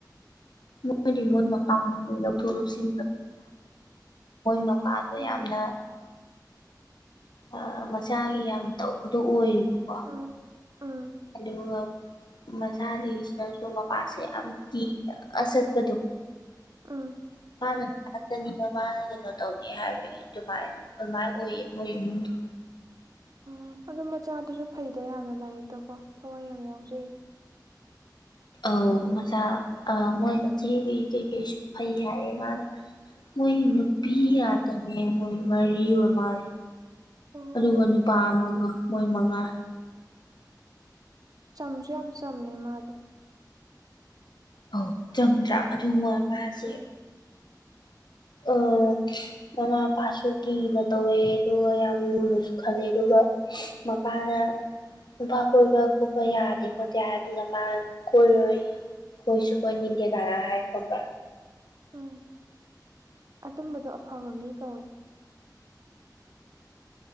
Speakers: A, on the left; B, on the right.
A: ꯣꯏꯔꯤꯃꯣ ꯃꯀ ꯊ ꯁꯤ ꯂ ꯄꯥꯥꯕ
B: ꯎꯝ
A: ꯌꯥꯝꯅ ꯑ ꯃꯆꯥꯒꯤ ꯌꯥꯝ ꯇꯧꯕꯗꯣ ꯑꯣꯏꯌꯦꯕꯀꯣ
B: ꯎꯝ ꯎꯝ
A: ꯑꯗꯨꯒ ꯃꯆꯥꯁꯤꯡꯁꯤꯅꯁꯨ ꯃꯄꯥꯁꯦ ꯌꯥꯝ ꯀꯤꯅ ꯑꯆꯠꯄꯗꯣ
B: ꯎꯝ
A: ꯃꯥ ꯆꯅꯤ ꯃꯕꯥꯅ ꯀꯩꯅꯣ ꯇꯧꯒꯦ ꯍꯥꯏꯕꯒꯤ ꯑꯗꯨꯃꯥꯏꯅ ꯑꯗꯨꯃꯥꯏꯅ ꯑꯣꯏꯌꯦ ꯃꯣꯏ ꯏꯃꯨꯡꯗꯣ
B: ꯎꯝ ꯑꯗꯨ ꯃꯆꯥꯗꯨꯁꯨ ꯐꯩꯗ ꯌꯥꯝꯅ ꯂꯥꯏꯔꯤꯛꯇ ꯀꯣ ꯊꯋꯥꯏ ꯌꯥꯝ ꯌꯥꯎꯖꯩ
A: ꯑ ꯃꯆꯥ ꯑ ꯃꯣꯏ ꯃꯆꯦ ꯀꯩ ꯀꯩ ꯀꯩꯁꯨ ꯐꯩ ꯍꯥꯏꯌꯦ ꯃꯥꯅ ꯃꯣꯏ
B: ꯎꯝ
A: ꯅꯨꯄꯤ ꯌꯥꯇꯅꯦ ꯃꯣꯏ ꯃꯔꯤ ꯑꯣꯏꯃꯥꯏ
B: ꯑꯣ
A: ꯑꯗꯨꯒ ꯅꯨꯄꯥ ꯑꯃꯒ ꯃꯣꯏ ꯃꯉꯥ
B: ꯆꯝꯁꯨ ꯌꯥꯝ ꯆꯝꯃꯦ ꯃꯥꯗꯣ
A: ꯑ ꯆꯪꯗ꯭ꯔꯥ ꯑꯗꯨ ꯃ ꯃꯥꯁꯦ
B: ꯎꯝ
A: ꯑ ꯃꯃꯥ ꯃꯄꯥꯁꯨ ꯀꯤꯅ ꯇꯧꯋꯦ ꯑꯗꯨꯒ ꯌꯥꯝ ꯂꯨꯅꯁꯨ ꯈꯜꯂꯦ ꯑꯗꯨꯒ ꯃ ꯃꯥꯅ ꯅꯨꯄꯥ ꯀꯣꯏꯕ ꯈꯣꯠꯄ ꯌꯥꯗꯦ ꯈꯣꯠꯇꯦ ꯍꯥꯏꯗꯨꯅ ꯃꯥ ꯀꯣꯏꯔꯣꯏ ꯀꯣꯏꯁꯨ ꯀꯣꯏ ꯅꯤꯡꯗꯦ ꯥꯔꯥ ꯍꯥꯏ ꯈꯕꯥ
B: ꯎꯝ ꯑꯗꯨꯝꯕꯗꯣ ꯑꯐꯕ ꯃꯤ ꯀꯧꯋꯦ